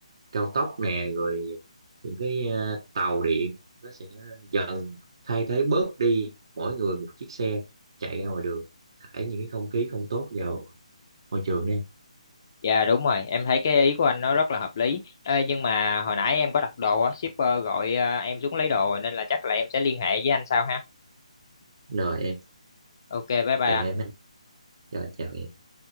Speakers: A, on the right (about 40°); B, on the left (about 30°).
A: cao tốc nè rồi những cái ờ, tàu điện nó sẽ dần thay thế bớt đi mỗi người một chiếc xe chạy ra ngoài đường thải những cái không khí không tốt vào môi trường đó em
B: dạ đúng rồi em thấy cái ý của anh nó rất là hợp lý Ê, nhưng mà hồi nãy em có đặt đồ á shipper gọi ờ, em xuống lấy đồ nên là chắc là em sẽ liên hệ với anh sau ha
A: rồi em
B: ok bye bye
A: chào
B: anh
A: em ha. rồi chào em